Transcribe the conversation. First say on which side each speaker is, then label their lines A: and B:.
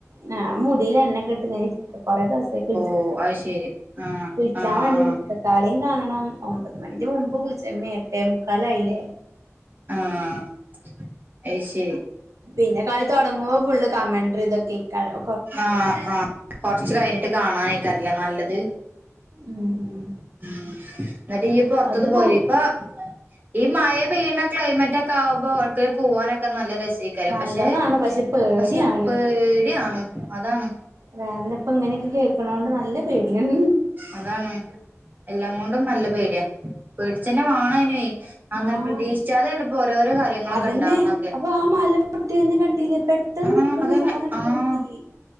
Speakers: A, on the right; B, on the right.
A: ഞാൻ മുടീലെണ്ണ‌ക്കിട്ട് ഇങ്ങനിരിക്കാ കൊറെ ദിവസാ <unintelligible>
B: ഓ അത് ശരി ആ
A: കുളിച്ചാൻ
B: ആ
A: വേണ്ടി
B: ആ
A: നിക്കാ കളീം കാണണം ഒമ്പത് മണിന്റെ മുമ്പ് കുൾച്ചെർണേ എട്ടേ മുക്കാലായില്ലേ
B: ആഹ് അയ് ശരി
A: പിന്നെ കളി തൊടങ്ങുമ്പൊ ഫുള്ള് കമണ്ട്റി ഇതക്കേക്കാരം
B: ആഹ് ആഹ് കൊർച്ച് കഴിഞ്ഞിട്ട് കാണാനേക്കാരില്ലെ നല്ലത്
A: ഉം ഉം
B: ഉം എന്നട്ട് ഇയ്യ് പൊർത്തൊന്നും
A: അത്
B: പോയില്ലെ
A: കൂ
B: ഇപ്പാ ഈ മഴ പെയ്യണ ക്ലൈമറ്റൊക്കെ ആവുമ്പോ <unintelligible> പോവാനൊക്കെ നല്ല രസെ ക്കാരം
A: നല്ലതാണ്
B: പക്ഷെ
A: പക്ഷെ പേടിയാണ്
B: പക്ഷെ പേട്യാണ് അതാണ്
A: കാരണിപ്പ ഇങ്ങനൊക്കെ കേക്കണോണ്ട് നല്ല പേട്യാണ്
B: അതാണ് എല്ലാം കൊണ്ടും നല്ല പേട്യാ പേട്ച്ചന്നെ വാണാനുവേ അങ്ങനെ
A: ആഹ്
B: പ്രതീക്ഷിച്ചാതെയാണ് ഇപ്പൊ ഓരോരോ കാര്യങ്ങളൊക്കെ
A: അതന്നെ
B: ഇണ്ടാവണതൊക്കെ
A: അപ്പൊ ആ മല പൊട്ട്യന്ന് കണ്ടില്ലെ പെ ട്ടെന്ന്
B: ആഹ്
A: നിക്ക്ണ
B: അതന്നെ
A: സാധനങ്ങട്
B: ആഹ്
A: പൊട്ടി